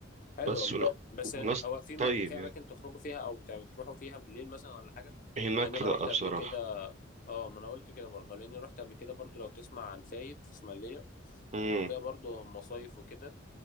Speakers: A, on the left; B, on the right.
A: حلو
B: بس
A: والله
B: ون...
A: بس
B: وناس
A: هو في
B: طيب
A: مك... في
B: يعني
A: اماكن تخرجوا فيها او ت- تروحوا فيها بالليل مثلا ولا حاجه
B: هناك
A: لان انا
B: لأ
A: رحت
B: بصراحة
A: قبل كده اه ما انا قلت كده برضه لاني رحت قبل كده برضه لو تسمع عن فايد في اسماعيليه
B: مم.
A: المنطقه برضه مصايف وكده